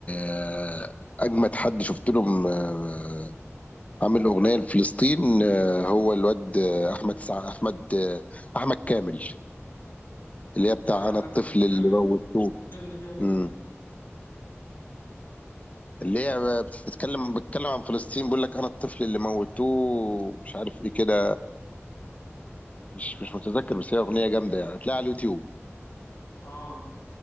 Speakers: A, on the left; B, on the left.
A: آه، اجمد حد شفت لهم آه، عامل اغنية لفلسطين آه، هو الواد آه، احمد سع... احمد آه، احمد كامل اللي هي بتاع
B: يا
A: انا الطفل
B: أحمد كامل
A: اللي موتوه
B: فكرني بيها كده
A: امم اللي هي بتتكلم بتتكلم عن فلسطين بيقول لك انا الطفل اللي موتوه مش عارف ايه كده مش مش متذكر بس هي اغنيه جامده يعني هتلاقيها على اليوتيوب
B: اه